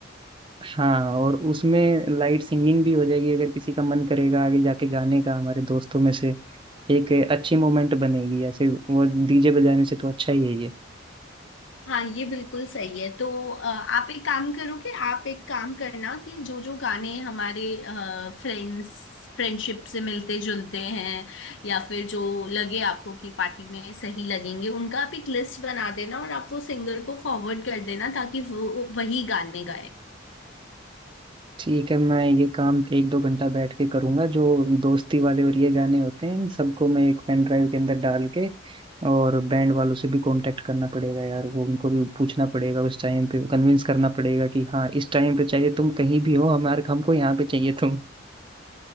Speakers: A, on the right; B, on the left.
A: हाँ और उसमें लाइट सिंगिंग भी हो जाएगी अगर किसी का मन करेगा आगे जाके गाने का हमारे दोस्तों में से एक अच्छी मोमेंट बनेगी ऐसे वो डीजे बजाने से तो अच्छा ही है ये
B: हाँ ये बिल्कुल सही है तो अ, आप एक काम करोगे आप एक काम करना कि जो जो गाने हमारे फ्रेंड्स फ्रेंडशिप से मिलते जुलते हैं या फिर जो लगे आपको कि पार्टी में सही लगेंगे उनका आप एक लिस्ट बना देना और आप वो सिंगर को फॉरवर्ड कर देना ताकि वो वो वही गाने गाए
A: ठीक है मैं ये काम एक दो घंटा बैठ के करूंगा जो दोस्ती वाले और ये गाने होते हैं इन सबको मैं एक पेन ड्राइव के अंदर डाल के और बैंड वालों से भी कांटेक्ट करना पड़ेगा यार वो उनको भी पूछना पड़ेगा उस टाइम पे कन्विंस करना पड़ेगा कि हाँ इस टाइम पे चाहिए तुम कहीं भी हो हमारे हमको यहाँ पे चाहिए तुम